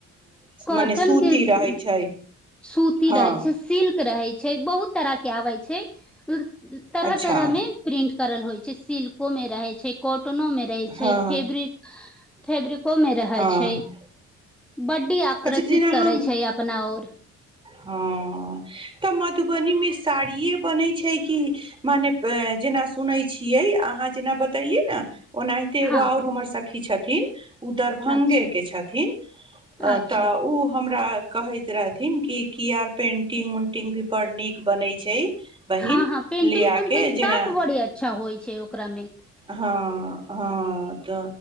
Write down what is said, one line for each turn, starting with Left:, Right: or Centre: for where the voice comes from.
Centre: कॉटनकें
Right: मने सूती रहै छै
Centre: सूती
Right: हँ
Centre: रहय छै सिल्क रहय छै बहुत तरह के आबय छै <unintelligible> तरह
Right: अच्छा
Centre: तरह में प्रिंट करल होइ च्छा सिल्क को मे रहय छै कॉटनो मे रहय
Right: हँ
Centre: छै फेब्रिक फेब्रिक को मे रहय
Right: हँ
Centre: छै बड्डी आकर्षित
Right: अच्छा जेना
Centre: करे
Right: हम
Centre: छै अपना ओर
Right: हँ तऽ मधुबनीमे साड़िए बनय छै कि माने जेना सुनय छियै अहाँ जेना बतैली न ओनाहिते एगो
Centre: हँ
Right: आओर
Centre: हँ
Right: हमर सखी छथि थिन ओ दरभंगे
Centre: अच्छा
Right: के छथिन
Centre: अच्छा
Right: तऽ ओ हमरा कहैत रहथिन कि की आर पेंटिंग उंटिंग भी बड नीक बनय छै बहिन
Centre: हँ हँ पेंटिंग
Right: लिया
Centre: कुंटिंग
Right: के जेना
Centre: सब बड़ी अच्छा होइ छै ओकरामे
Right: हँ हँ तऽ